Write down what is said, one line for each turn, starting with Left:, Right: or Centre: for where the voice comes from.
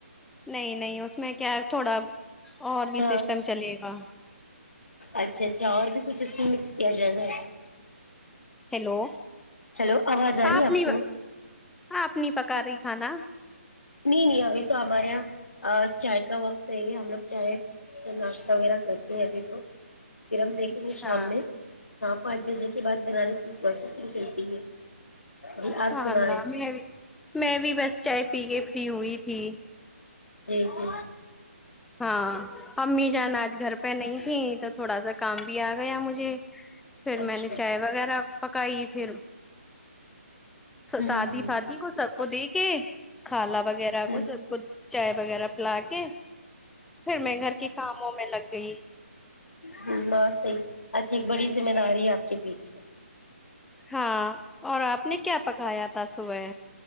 Centre: نہیں نہیں اس میں کیا تھوڑا اور بھی
Left: ہاں
Centre: سسٹم چلے گا
Left: اچھا اچھا اور بھی کچھ اس کو مکس کیا جائے گا
Centre: ہیلو
Left: ہیلو آواز آ رہی
Centre: آپ
Left: ہے
Centre: نہیں
Left: کو
Centre: آپ نہیں پکا رہی کھانا
Left: نہیں نہیں ابھی تو آبارے یہ چائے کا وقت ہے یہ ہم لوگ چائے ناشتہ وغیرہ کرتے ہیں ابھی تو پھر ہم دیکھیں
Centre: اچھا
Left: گے شام میں ہاں پانچ بجے کے بعد بنانے کی پروسیسنگ چلتی ہے جی
Centre: سوال
Left: آپ سنائیں
Centre: لا میں بھی میں بھی بس چائے پی کے بھی ہوئی تھی
Left: جی جی
Centre: ہاں امی جان آج گھر پہ نہیں تھیں تو تھوڑا سا کام بھی آ گیا مجھے پھر
Left: اچھا
Centre: میں نے چائے وغیرہ پکائی پھر
Left: ہوں
Centre: دادی
Left: ہوں
Centre: فادی کو سب کو دے کے کالا وغیرہ
Left: ہوں
Centre: کو سب کو چائے وغیرہ پلا کے پھر میں گھر کے کاموں میں لگ جی <unintelligible>
Left: ہ ہاں صحی اچھا ایک بڑی ذمہ داری ہے آپ کے پیچھے
Centre: ہاں اور آپ نے کیا پکایا تھا صبح